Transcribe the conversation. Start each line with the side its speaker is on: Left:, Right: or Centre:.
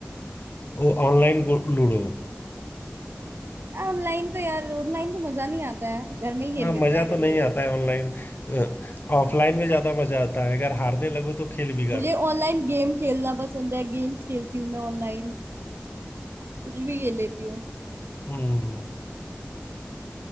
Left: ओ ऑनलाइन लूडो
Right: ऑनलाइन तो यार ऑनलाइन तो मजा नहीं आता है घर में ही
Left: हाँ
Right: खेल लेते
Left: मजा
Right: हैं
Left: तो नहीं
Right: कभी कभी
Left: आता है ऑनलाइन ऑफलाइन में ज्यादा मजा आता है अगर हारने लगो तो खेल बिगाड़
Right: मुझे
Left: दो
Right: ऑनलाइन गेम खेलना पसंद है गेम्स खेलती हूँ मैं ऑनलाइन कुछ भी खेल लेती हूँ
Left: हम्म